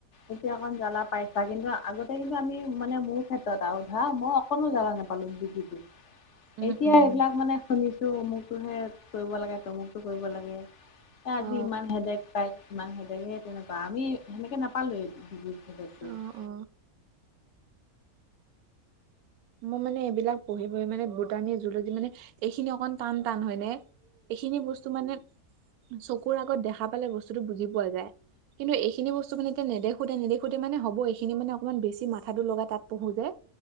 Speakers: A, on the left (about 60°); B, on the right (about 80°).
A: এতিয়া অকন জ্বালা পাইছা। কিন্তু আগতে কিন্তু আমি মানে মোৰ ক্ষেত্ৰত আৰু ধৰা ম‌ইও <unintelligible> কোনো জাগা নাপালো ডগ <unintelligible>
B: উম
A: এতিয়া
B: উম
A: সেইবিলাক মানে শুনিছো তো অমুকতোহে কৰিব লাগে, তমুকতো কৰিব লাগে, এ আজি
B: অ
A: ইমান হেডেক পায়- ইমান সেদেক তেনেকুৱা। আমি সেনেকে নাপালোৱেই
B: অ
A: <unintelligible>
B: অ মোৰ মানে এইবিলাক পঢ়ি পঢ়ি মানে বুটানি জুলজি মানে, এইখিনি অকমান টান টান হয় নে? এইখিনি বস্তু মানে, চকুৰ আগত দেখা পালে বস্তুতটো বুজি পোৱা যায়। কিন্তু এইখিনি বস্তু মানে এতিয়া নেদেখোতে নেদেখোতে মানে হ'ব‌ই এইখিনি মানে অকমান বেছি মাথাটো লগাই তাত পঢ়ো যে।